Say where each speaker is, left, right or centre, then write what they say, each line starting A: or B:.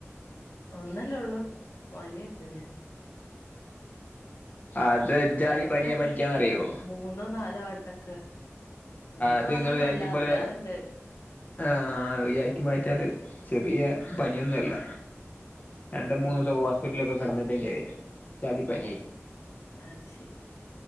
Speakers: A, on the left (about 80°); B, on the left (about 35°).
A: ഒന്നല്ലേ ഉള്ളൂ വല്യേട്ടല്ലേ
B: അത് എജാതി
A: ഇവിടൊക്കെ
B: പനിയാ പനിക്കാന്നറിയോ?
A: മൂന്നോ നാലോ വട്ടൊക്ക മൂന്നോനാലോന്നല്ല
B: അത് നിങ്ങൾ വിചാരിക്കും
A: അതിലാറണ്ട്.
B: പോലെ ആഹ് <unintelligible> ചെറിയ പനിയൊന്നല്ല. രണ്ട് മൂന്നുസക്കെ
A: ആഹ്
B: ഹോസ്പിറ്റലിലൊക്കെ കടന്നട്ടില്ലേ എജ്ജാതി പനി.
A: അത് ശരി.